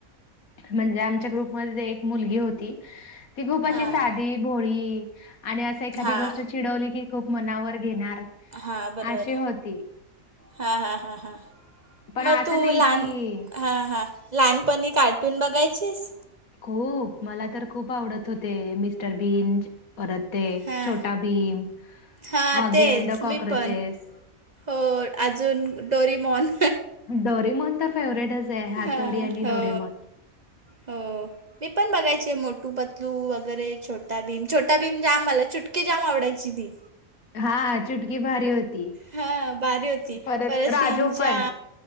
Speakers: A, on the left (about 75°); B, on the right (about 35°).
A: म्हणजे आमच्या ग्रुपमध्ये एक मुली होती त खूप अशी
B: हां
A: साधी भोळी आणि अस एखादी
B: हां
A: गोष्ट चिडवली की खूप मनावर घेणार
B: हा बरबर
A: अशी होती.
B: हा हा हा हा
A: पण
B: मग
A: असं
B: तू
A: नाही
B: लहान
A: की
B: हां हां लहानपणी कार्टून बघायचीस
A: खूप मला तर खूप आवडत होते मिस्टर बीं परत ते
B: हां
A: छोटा भीम
B: हां
A: ऑगियान
B: तेच
A: द कॉक्रोचेस
B: मी पण हो अजून डोरीमॉन
A: डोरीमन तर फेवरेटच आहे हातोडी
B: हां
A: आणि
B: हो
A: डोरीमन
B: हो मी पण बघायचे मोटू पतलू वगैरे छोटा भीम छोटा भीम जाम मला चुटकी जाम आवडायची ती
A: हां, चुटकी भारी होती.
B: हा बारी होती
A: परत
B: परसिंचा
A: राजू पण.